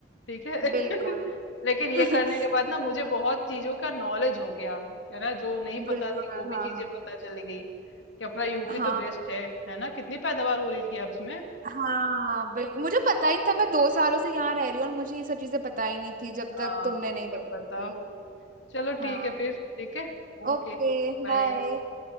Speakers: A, on the left (about 80°); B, on the right (about 45°).
A: ठीक है
B: बिल्कुल
A: <laughs> लेकिन ये
B: <laughs>
A: करने के बाद ना मुझे बहुत चीजों का नॉलेज हो गया है ना जो नहीं पता
B: बिल्कुल
A: थी वो
B: हाँ
A: भी चीजें पता चली गई कि अपना यूपी
B: हाँ
A: तो बेस्ट है है ना कितनी पैदावार हो रही थी यार उसमें
B: हाँ बिल्कुल मुझे पता ही नहीं था मैं दो सालों से यहाँ रह रही हूँ और मुझे ये सब चीजें पता ही नहीं थी जब तक
A: हाँ
B: तुमने नहीं बताई
A: सब बताओ
B: थी
A: चलो
B: हाँ
A: ठीक है फिर ठीक है ओके
B: ओके
A: बाय
B: बाय